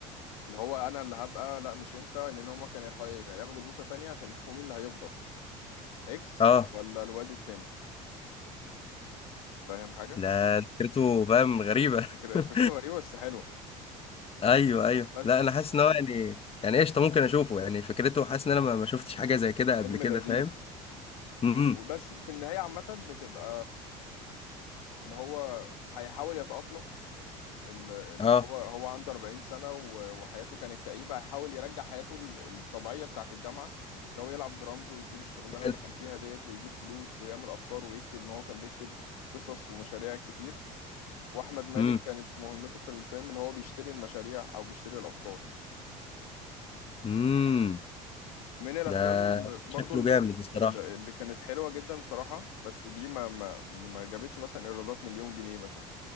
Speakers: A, on the left; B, on the left.
A: اللي هو انا اللي هبقى لا مش انت لان هما كانوا يح- ياخدوا البوصة تانية عشان يشوفوا مين اللي هيفضل اكس
B: اه
A: ولا الواد التاني فاهم حاجة
B: لا فكرته فاهم غريبه
A: فكر-
B: <laughs>
A: فكرته غريبة بس حلوة
B: ايوه ايوه
A: بس
B: لا انا حاسس ان هو يعني يعني قشطه ممكن اشوفه يعني فكرته حاسس ان انا ما ما شفتش حاجه زي كده
A: فيلم
B: قبل كده
A: لذيذ
B: فاهم امم
A: وبس في النهاية عامة بتبقى إن هو هيحاول يتأقلم ال- اللي
B: اه
A: هو هو عنده 40 سنة و- وحياته كانت كئيبة هيحاول يرجع حياته ال- الطبيعية بتاعة الجامعة اللي هو يلعب درامز ويسيب الشغلانة
B: حلو
A: اللي كان فيها ديت ويجيب فلوس ويعمل أفكار ويكتب إن هو كان بيكتب قصص ومشاريع كتير وأحمد مالك
B: امم
A: كانت مهمته في الفيلم اللي هو بيشتري المشاريع أو بيشتري الأفكار
B: امم
A: من الافلام
B: ده
A: برضو
B: شكله
A: ال-
B: جامد الصراحه
A: ال- اللي كانت حلوه جدا بصراحه بس دي ما ما ما جابتش مثلا ايرادات مليون جنيه مثلا